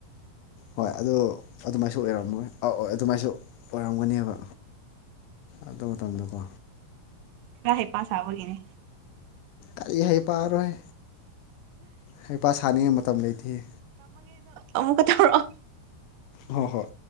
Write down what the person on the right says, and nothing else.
ꯀ ꯍꯩꯄꯥꯁꯕꯒꯤꯅꯦ
ꯑꯃꯨꯀ ꯇꯧꯔꯛ ꯑꯣ